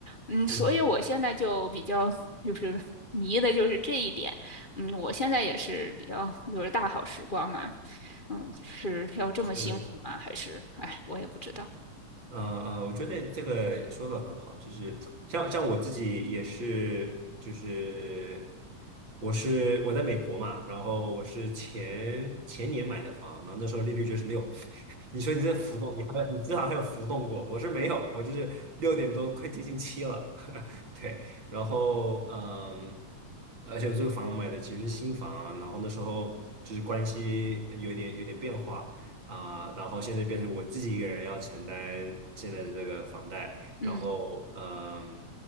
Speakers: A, on the left (about 75°); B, on the right (about 40°).
A: 嗯，所以我现在就比较就是
B: 嗯，
A: <laughs> 迷的就是这一点。嗯，我现在也是比较就是大好时光嘛，嗯，是要这么辛苦吗？
B: 是。
A: 还是，哎，我也不知道。
B: 嗯嗯，我觉得这个说的很好，就是像像我自己也是，就是我是我在美国嘛，然后我是前前年买的房，然后那时候利率就是六，<laughs> 你说你这浮动，你还你至少还有浮动过，我是没有，我就是六点多，快接近七了，<laughs> 对，然后嗯，而且我这个房买的其实是新房啊，然后那时候就是关系有一点有点变化。啊、然后现在变成我自己一个人要承担现在的这个房贷，
A: 嗯，
B: 然后嗯，